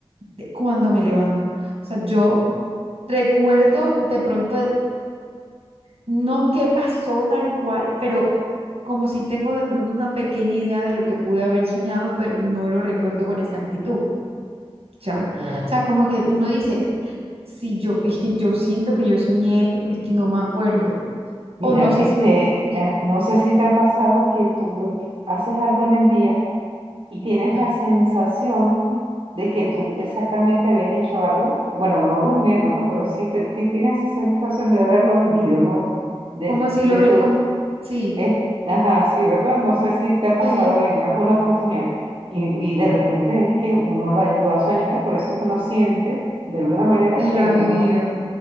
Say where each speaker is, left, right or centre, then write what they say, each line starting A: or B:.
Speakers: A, on the right; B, on the right.
A: de- cuando me levanto. O sea, yo recuerdo de pronto no qué pasó tal cual, pero como si tengo de pronto una pequeña idea de lo que pude haber soñado, pero no lo recuerdo con exactitud, ¿ya? O
B: claro.
A: sea, como que uno dice, sí, yo, es que yo siento que yo soñé esto, pero es que no me acuerdo.
B: Mira,
A: O no sé
B: este,
A: si,
B: eh,
A: sí,
B: no sé si te ha pasado que tú haces algo en el día y tienes
A: ah,
B: la sensación de que tú exactamente habías hecho algo, bueno, no durmiendo, ¿no? Pero sí, te, sí tienes esa sensación de haberlo vivido, ¿no? De,
A: como si
B: de
A: lo,
B: tu,
A: como, sí,
B: es- ajá, sí, ¿verdad? No sé si te ha pasado
A: eh,
B: en alguna oportunidad y, y de repente es que uno lo, ha- lo ha soñado y por eso es que uno siente de alguna manera
A: que
B: que
A: lo ha
B: uno,
A: vivido.